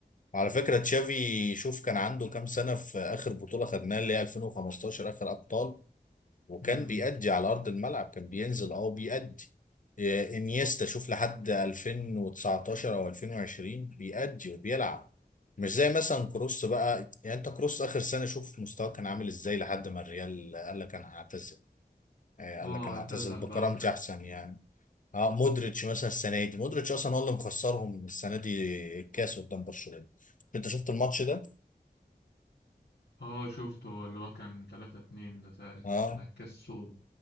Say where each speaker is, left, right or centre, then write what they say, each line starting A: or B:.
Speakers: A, on the left; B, on the left.
A: وعلى فكره تشافي شوف كان عنده كام سنه في اخر بطوله خدناها اللي هي 2015 اخر ابطال وكان
B: مم.
A: بيأدي على أرض الملعب كان بينزل أه بيأدي إيه، إنيستا شوف لحد 2019 أو 2020 بيأدي وبيلعب مش زي مثلا كروس بقى يعني أنت كروس آخر سنة شوف مستواه كان عامل إزاي لحد ما الريال قال لك أنا هعتزل آه، قال
B: اه
A: لك أنا
B: اعتزل
A: هعتزل بكرامتي
B: بقى في الاخر
A: أحسن يعني أه مودريتش مثلا السنة دي مودريتش أصلا هو اللي مخسرهم السنة دي الكاس قدام برشلونة أنت شفت الماتش ده؟
B: اه شفته اللي هو كان تلاتة اتنين ده تقريبا
A: أه
B: بتاع الكسول